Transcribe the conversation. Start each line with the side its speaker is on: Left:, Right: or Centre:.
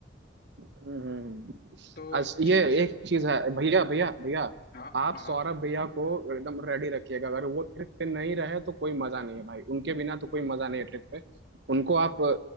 Right: हम्म, हम्म।
Left: तो
Right: अस ये
Left: ठीक है शिव
Right: एक चीज है भैया भैया भैया
Left: हाँ
Right: आप
Left: हाँ
Right: सौरभ
Left: हाँ
Right: भैया को एकदम रेडी रखिएगा अगर वो ट्रिप पे नहीं रहे तो कोई मजा नहीं है भाई उनके बिना तो कोई मजा नहीं है ट्रिप पे उनको आप अ,